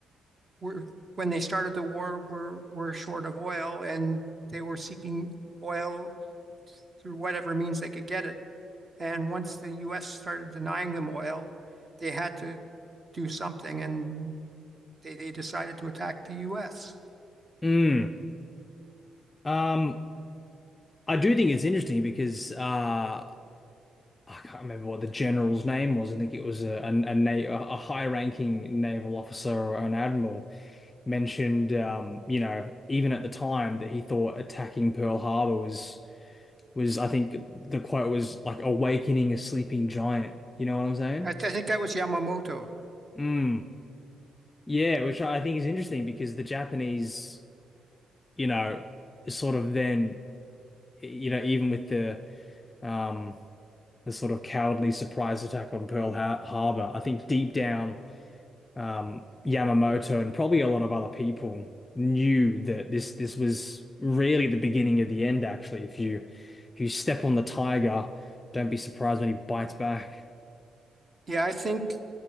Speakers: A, on the right; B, on the left.
A: were when they started the war were were short of oil and they were seeking oil through whatever means they could get it. And once the US started denying them oil, they had to do something and they, they decided to attack the US.
B: Mm. Um, I do think it's interesting because uh, I can't remember what the general's name was. I think it was a a, a, na a high-ranking naval officer or an admiral mentioned, um, you know, even at the time that he thought attacking Pearl Harbor was was I think the quote was like awakening a sleeping giant. You know what I'm saying?
A: I, th- I think that was Yamamoto.
B: Mm. Yeah, which I think is interesting because the Japanese, you know, sort of then, you know, even with the um the sort of cowardly surprise attack on Pearl Har Harbor, I think deep down um Yamamoto and probably a lot of other people knew that this this was really the beginning of the end actually. If you if you step on the tiger, don't be surprised when he bites back.
A: Yeah, I think